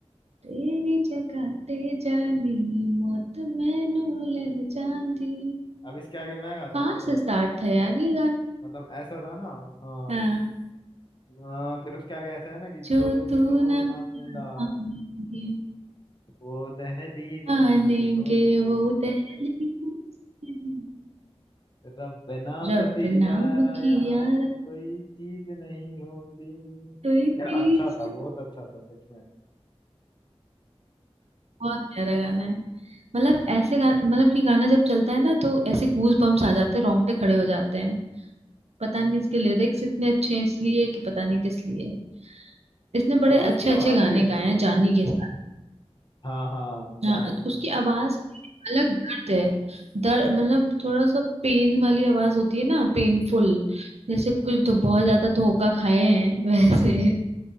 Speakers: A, on the right; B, on the left.
A: तेरी जगह ते जानी मौत मैनू ले जान दी
B: अब इसके आगे मैं गाता
A: कहाँ
B: हूँ चलो
A: से स्टार्ट था यार ये गाना
B: मतलब ऐसा था ना हाँ
A: हाँ
B: हाँ, फिर उसके आगे ऐसा है ना कि जो
A: जो तू
B: तू
A: न
B: ना
A: पाएंगे
B: मिला वो दहलीज
A: पालेंगे
B: नहीं होती
A: वो दहलीज में।
B: रब नाम
A: रब
B: दिया
A: नाम
B: रा
A: की
B: यहाँ
A: यार
B: कोई चीज नहीं होती
A: कोई चीज
B: यार अच्छा था
A: नहीं।
B: बहुत अच्छा था सच में
A: बहुत प्यारा गाना है मतलब ऐसे गा, मतलब ये गाना जब चलता है ना तो ऐसे गूज बम्स आ जाते हैं रोंगटे खड़े हो जाते हैं पता नहीं इसके लिरिक्स इतने अच्छे हैं इसलिए कि पता नहीं किस लिए इसने बड़े
B: और उसकी
A: अच्छे अच्छे
B: आवाज
A: गाने
B: भी अच्छी
A: गाए हैं
B: है
A: जानी
B: ना
A: के साथ।
B: हाँ हाँ
A: हाँ
B: जानी
A: उसकी आवाज अलग दर्द है दर्द मतलब थोड़ा सा पेन वाली आवाज होती है ना पेनफुल जैसे कुछ तो बहुत ज्यादा धोखा खाए हैं वैसे